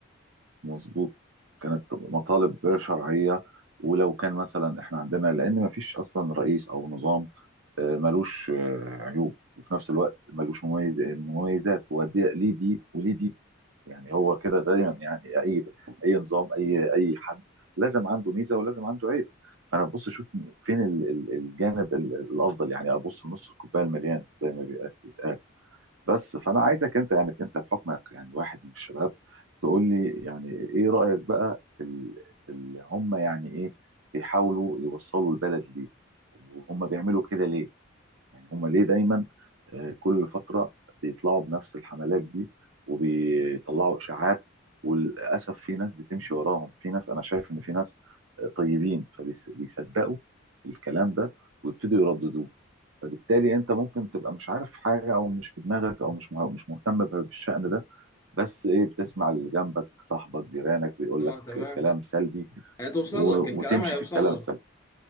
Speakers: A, on the right; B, on the left.
A: مظبوط كانت مطالب شرعيه ولو كان مثلا احنا عندنا لان ما فيش اصلا رئيس او نظام آه، ملوش آه، عيوب وفي نفس الوقت ملوش مميز مميزات ودي ليه دي وليه دي يعني هو كده دايما يعني اي اي نظام اي اي حد لازم عنده ميزه ولازم عنده عيب فانا ببص اشوف فين ال- ال- الجانب ال- الافضل يعني ابص لنص الكوبايه المليان زي ما بيقال بيتقال. بس فانا عايزك انت يعني انت بحكمك يعني واحد من الشباب تقول لي يعني ايه رايك بقى في ال- في ال- هم يعني ايه بيحاولوا يوصلوا البلد ليه وهم بيعملوا كده ليه يعني هم ليه دايما آه، كل فترة بيطلعوا بنفس الحملات دي وبيطلعوا إشاعات وللأسف في ناس بتمشي وراهم في ناس أنا شايف إن في ناس آه، طيبين فبيصدقوا الكلام ده ويبتدوا يرددوه فبالتالي انت ممكن تبقى مش عارف حاجه او مش في دماغك او مش مع- مش مهتم بالشأن ده بس ايه بتسمع اللي جنبك صاحبك جيرانك بيقول
B: اه
A: لك
B: تمام
A: كلام سلبي
B: هتوصل
A: و-
B: لك الكلام
A: وتمشي
B: هيوصل
A: في الكلام
B: لك
A: السلبي